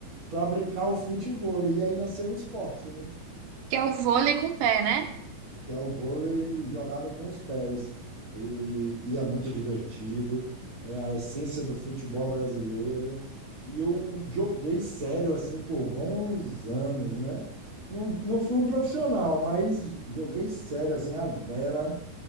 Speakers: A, on the right; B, on the right.
A: para brincar o futevôlei. E aí nasceu o esporte, né?
B: Que é o vôlei com o pé, né?
A: que é o vôlei jogado com os pés. E, e é muito divertido, é a essência do futebol brasileiro. E eu joguei sério assim por bons anos, né? Não, não fui um profissional, mas joguei sério assim, a Vera